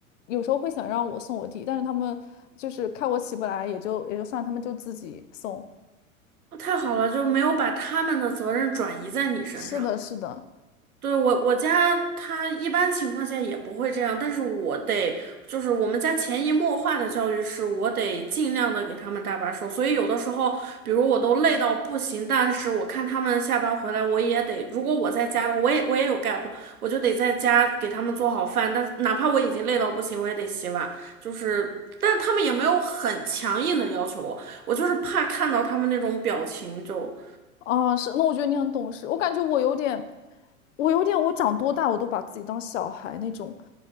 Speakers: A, on the left (about 60°); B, on the right (about 80°).
A: 有时候会想让我送我弟，但是他们就是看我起不来，也就也就算了他们就自己送。
B: 太好了，就没有把他们的责任转移在你身上。
A: 是的，是的，
B: 对，我我家他一般情况下也不会这样，但是我得就是我们家潜移默化的教育是我得尽量的给他们搭把手，所以有的时候，比如我都累到不行，但是我看他们下班回来，我也得，如果我在家的话，我也我也有 gap，我就得在家给他们做好饭，但哪怕我已经累到不行，我也得洗碗，就是。但是他们也没有很强硬的要求我，我就是怕看到他们那种表情就，
A: 哦，是，那我觉得你很懂事。我感觉我有点，我有点，我长多大我都把自己当小孩那种。